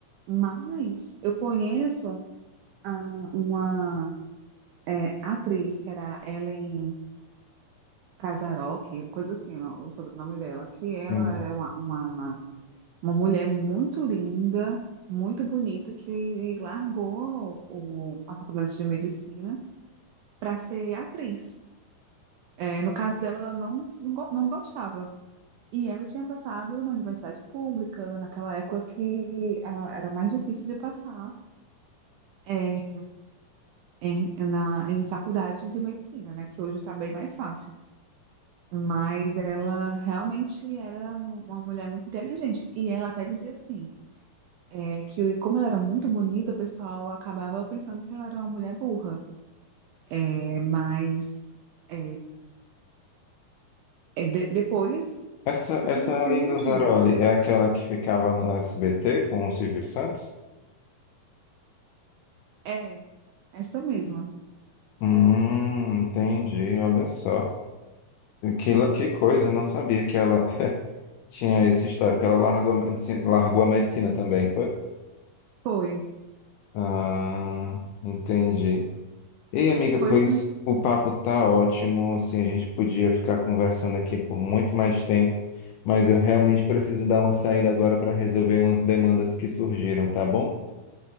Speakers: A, on the right; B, on the left.
A: Mas eu conheço ah, uma é, atriz que era Ellen Casarocki, coisa assim, não, o sobrenome dela, que ela
B: Hum.
A: era uma, uma, uma mulher muito linda, muito bonita, que largou o, a faculdade de medicina para ser atriz. É, no caso dela, ela não, não, go- não gostava. E ela tinha passado na universidade pública, naquela época que ah, era mais difícil de passar é, em, na, em faculdade de medicina, né? Que hoje está bem mais fácil. Mas ela realmente era uma mulher muito inteligente. E ela até dizia assim, é, que como ela era muito bonita, o pessoal acabava pensando que ela era uma mulher burra. É, mas é, é, de- depois
B: Essa,
A: se
B: essa
A: surpreendiam.
B: Lingonzaroli é aquela que ficava no SBT com o Silvio Santos?
A: É, essa mesma.
B: Hum, entendi, olha só. Que, la- que coisa, não sabia que ela <laughs> tinha esse histórico. Ela largou a medicina, largou a medicina também, foi?
A: Foi.
B: Ah, entendi. Ei, amiga,
A: Pois
B: pois
A: é.
B: o papo tá ótimo, assim, a gente podia ficar conversando aqui por muito mais tempo, mas eu realmente preciso dar uma saída agora para resolver umas demandas que surgiram, tá bom?